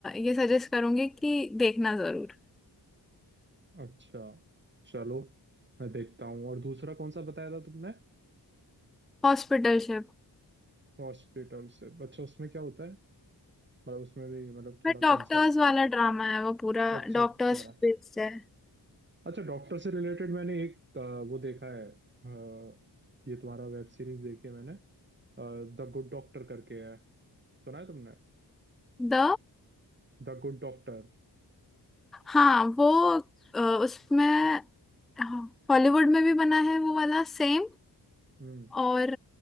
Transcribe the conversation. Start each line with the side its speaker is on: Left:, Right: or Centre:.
Centre: ये सजेस्ट करूंगी कि देखना जरूर
Right: अच्छा चलो मैं देखता हूँ और दूसरा कौन सा बताया था तुमने
Centre: हॉस्पिटलशिप
Right: हॉस्पिटल से अच्छा उसमें क्या होता है मतलब उसमें भी मतलब
Centre: पर
Right: थोड़ा
Centre: डॉक्टर्स
Right: कंसेप्ट
Centre: वाला ड्रामा है वो पूरा
Right: अच्छा अच्छा
Centre: डॉक्टर्स बेस्ड है
Right: अच्छा डॉक्टर से रिलेटेड मैंने एक अ, वो देखा है अ, ये तुम्हारा वेब सीरीज देखी है मैंने द गुड डॉक्टर करके है सुना है तुमने
Centre: द
Right: The good doctor
Centre: हाँ वो अ, उसमें हाँ, हॉलीवुड में भी बना है वो वाला सेम
Right: हम्म
Centre: और